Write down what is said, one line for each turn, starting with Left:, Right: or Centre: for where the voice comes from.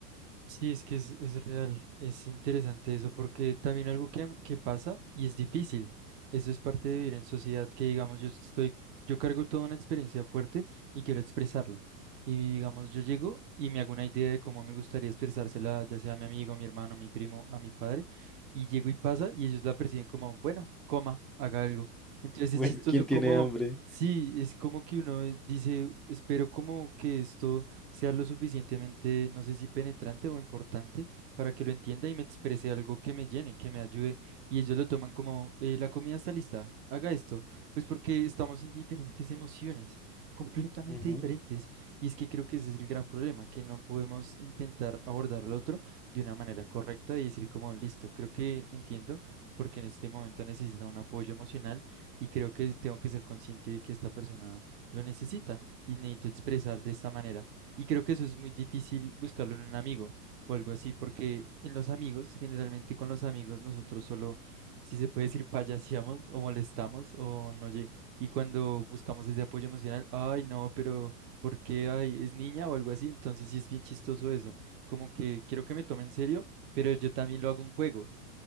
Right: Sí, es que es, es real, es interesante eso, porque también algo que, am- que pasa y es difícil, eso es parte de vivir en sociedad, que digamos yo estoy, yo cargo toda una experiencia fuerte y quiero expresarla, y digamos yo llego y me hago una idea de cómo me gustaría expresársela, ya sea a mi amigo, a mi hermano, a mi primo, a mi padre, y llego y pasa y ellos la perciben como, bueno, coma, haga algo. Entonces
Centre: Bueno,
Right: es chistoso
Centre: ¿quién
Right: como,
Centre: tiene hambre?
Right: sí, es como que uno dice, espero como que esto sea lo suficientemente, no sé si penetrante o importante, para que lo entienda y me exprese algo que me llene, que me ayude. Y ellos lo toman como, "Eh, la comida está lista, haga esto, pues porque estamos en diferentes emociones, completamente
Centre: Ujú.
Right: diferentes. Y es que creo que ese es el gran problema, que no podemos intentar abordar al otro de una manera correcta y decir como, listo, creo que entiendo, porque en este momento necesita un apoyo emocional y creo que tengo que ser consciente de que esta persona lo necesita y necesito expresar de esta manera. Y creo que eso es muy difícil buscarlo en un amigo o algo así, porque en los amigos, generalmente con los amigos, nosotros solo, si se puede decir, payaseamos o molestamos o no, lle- y cuando buscamos ese apoyo emocional, ay, no, pero ¿por qué? Ay, es niña o algo así, entonces sí es bien chistoso eso, como que quiero que me tome en serio, pero yo también lo hago un juego